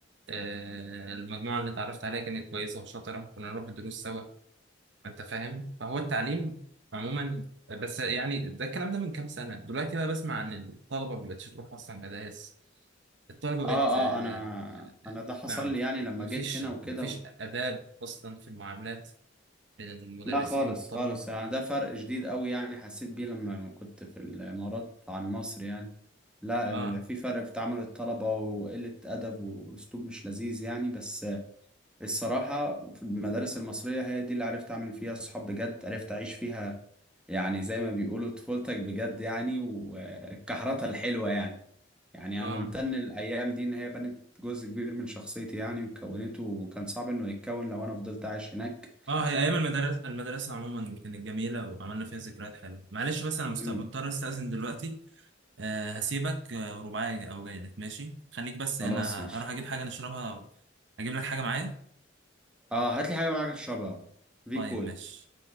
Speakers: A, on the right; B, in the centre.
A: آه المجموعة اللي اتعرفت عليها كانت كويسة وشاطرة كنا نروح الدروس سوا انت فاهم فهو التعليم عموما بس يعني ده الكلام ده من كام سنة دلوقتي بقى بسمع عن الطلبة ما بقتش تروح أصلا مدارس الطلبة بقت
B: اه
A: آه،
B: اه انا انا ده حصل
A: مع
B: لي يعني لما
A: مفيش
B: جيت هنا وكده
A: مفيش آداب أصلا في المعاملات بين المدرسين
B: لا خالص
A: والطلبة
B: خالص انا ده فرق جديد قوي يعني حسيت بيه لما كنت في الامارات عن مصر يعني لا
A: آه
B: ال- في فرق في تعامل الطلبة وقلة أدب وأسلوب مش لذيذ يعني بس الصراحة في المدارس المصرية هي دي اللي عرفت أعمل فيها صحاب بجد عرفت أعيش فيها يعني زي ما بيقولوا طفولتك بجد يعني وكحرتها الحلوة يعني يعني
A: آه
B: أنا ممتن الأيام دي إن هي بنت جزء كبير من شخصيتي يعني وكونته وكان صعب إنه يتكون لو أنا فضلت عايش هناك
A: آه هي أيام المدرسة المدرسة عموما كانت جميلة وعملنا فيها ذكريات حلوة معلش بس أنا مست-
B: أمم،
A: مضطر أستأذن دلوقتي آه هسيبك آه، ورباعي جا- أو جاي لك ماشي خليك بس
B: خلاص
A: هنا
B: ماشي
A: ه- هروح أجيب حاجة نشربها أو أجيب لك حاجة معايا
B: اه هات لي حاجه معاك تشربها في
A: طيب
B: كولا
A: ماشي